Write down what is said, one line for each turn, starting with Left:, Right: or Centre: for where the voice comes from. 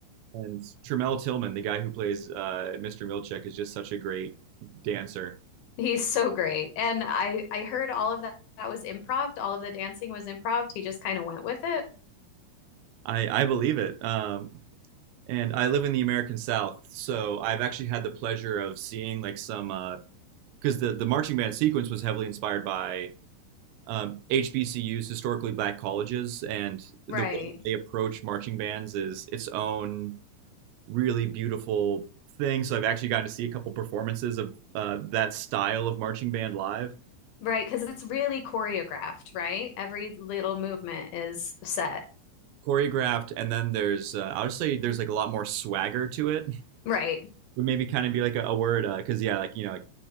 Right: and Tramell Tillman, the guy who plays uh, Mr. Milchek, is just such a great dancer.
Left: He's so great. And I I heard all of that that was improv. All of the dancing was improv. He just kind of went with it.
Right: I I believe it. Um, and I live in the American South, so I've actually had the pleasure of seeing like some because uh, the the marching band sequence was heavily inspired by um, HBCUs, historically black colleges, and the
Left: Right.
Right: way that they approach marching bands is its own really beautiful thing. So I've actually gotten to see a couple performances of uh, that style of marching band live,
Left: Right, because it's really choreographed, right? Every little movement is set.
Right: choreographed, and then there's uh, I would say there's like a lot more swagger to it.
Left: Right.
Right: would maybe kind of be like a, a word because uh, yeah, like you know, like,